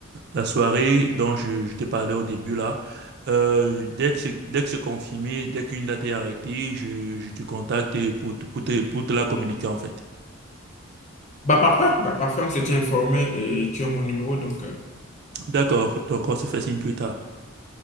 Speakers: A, on the right; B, on the left.
A: la soirée dont je, je t'ai parlé au début là, euh, dès que c'est, dès que c'est confirmé, dès qu'une date est arrêtée, je, je te contacte pour, te- pour te, pour te la communiquer en fait.
B: Bah parfait, bah parfait, on s'était informé et tu as mon numéro donc. euh,
A: D'accord, donc on se fait signe plus tard.